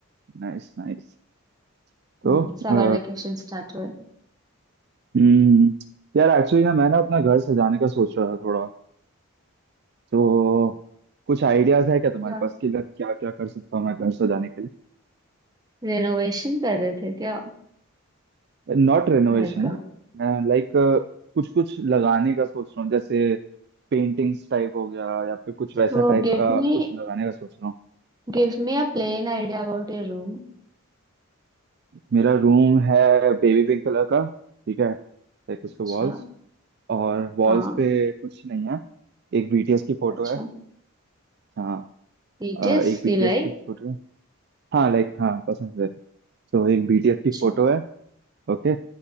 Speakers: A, on the right (about 50°); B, on the right (about 15°).
A: Nice nice तो
B: हम्म समर
A: अ,
B: वेकेशन स्टार्ट हुए
A: हम्म, यार एक्चुअली ना मैं ना अपना घर सजाने का सोच रहा था थोड़ा तो कुछ आइडियाज है क्या तुम्हारे
B: क्या
A: पास कि क्या क्या कर सकता हूँ मैं घर सजाने के लिए
B: रेनोवेशन कर रहे थे क्या
A: Not renovation
B: घर का
A: लाइक कुछ कुछ लगाने का सोच रहा हूँ जैसे पेंटिंग्स टाइप हो गया या फिर कुछ वैसा
B: तो
A: टाइप
B: give
A: का
B: me
A: कुछ लगाने का सोच रहा हूँ
B: गिव मी a plain idea about your room
A: मेरा रूम है बेबी पिंक कलर का ठीक है लाइक उसके
B: अच्छा
A: वॉल्स और वॉल्स
B: हाँ
A: पे कुछ नहीं है एक बीटीएस की फोटो
B: अच्छा
A: है हाँ
B: Details
A: अ, एक बीटीएस
B: you like
A: की फोटो है हाँ लाइक हाँ पसंद है तो एक बीटीएस की
B: अच्छा
A: फोटो है ओके